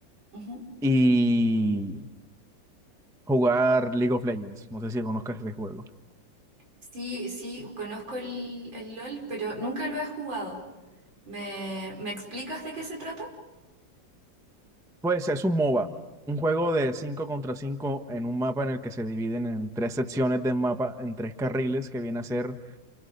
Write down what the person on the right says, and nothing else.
ujú.
Sí, sí, conozco el, el LOL, pero nunca lo he jugado. ¿Me, me explicas de qué se trata?